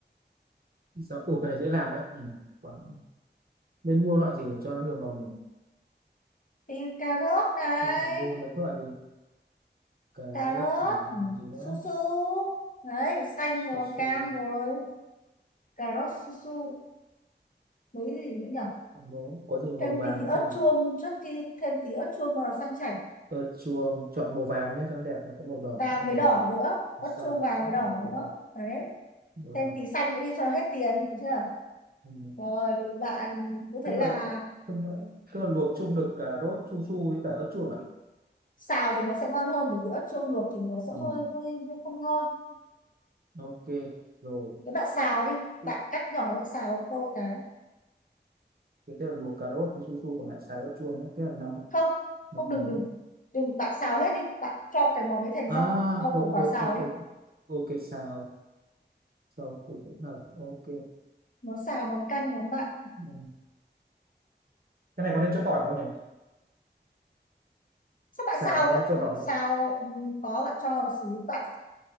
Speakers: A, on the right; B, on the left.
A: sao ủa cái này dễ làm đấy ừ. quả nên mua loại gì để cho nó nhiều màu nhỉ
B: thì cà rốt này
A: không phải mua mấy cái loại gì cà
B: cà
A: rốt
B: rốt
A: này
B: ừ,
A: làm gì nữa
B: su su đấy xanh
A: su
B: rồi
A: su
B: cam rồi cà rốt su su mấy gì nữa nhỉ
A: mố có gì màu
B: thêm
A: vàng
B: tí
A: nữa
B: ớt
A: không
B: chuông
A: nhỉ
B: trước khi thêm tí ớt chuông vào sang chảnh
A: ớt chuông chọn màu vàng nhé cho nó đẹp nó có màu đỏ
B: vàng
A: có màu
B: với đỏ nữa ớt
A: xanh
B: chuông vàng với đỏ
A: ok
B: nữa đấy
A: rồi.
B: thêm tí xanh nữa đi cho nó hết tiền được chưa
A: ừ.
B: rồi bạn cứ thấy
A: tức
B: là
A: là tức là, tức là luộc chung được cà rốt su su với cả ớt chuông à
B: xào thì nó sẽ ngon hơn bởi vì ớt chuông luộc thì nó sẽ
A: ừ.
B: hơi hơi, hơi không ngon
A: ok rồi
B: nếu bạn xào đi
A: Tức-
B: bạn cắt nhỏ lại xào tô cái
A: thế tức là luộc cà rốt với su su còn lại xào ớt chuông nữa thế là năm
B: không
A: năm
B: không đừng
A: mình
B: đừng đừng bạn xào hết đi bạn cho cái món đấy thành
A: À,
B: rau rau
A: ok,
B: củ quả
A: ok,
B: xào
A: ok,
B: đi
A: ok, ok, xào, xào củ hỗn hợp, ok.
B: món xào món canh món bạn
A: Ừ. Cái này có nên cho tỏi không nhỉ?
B: sao bạn
A: Xào
B: xào
A: này có
B: bạn
A: nên cho tỏi không?
B: xào ừ, có bạn cho vào xứ bạn